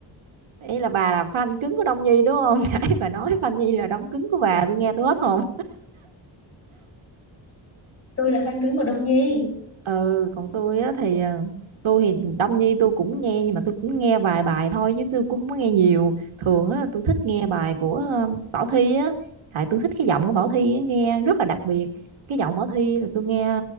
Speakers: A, on the right; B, on the left.
A: ý là bà là fan cứng của Đông Nhi đúng không? <laughs> Nãy bà nói fan Nhi là đóng cứng của bà, tôi nghe tôi hết hồn.
B: tôi là fan cứng của Đông Nhi
A: ừ còn tôi á thì ờ, tôi thì Đông Nhi tôi cũng nghe nhưng mà tôi cũng nghe vài bài thôi chứ tôi cũng không có nghe nhiều thường á tôi thích nghe bài của ờ, Bảo Thy á tại tôi thích cái giọng của Bảo Thy á, nghe rất là đặc biệt cái giọng Bảo Thy là tôi nghe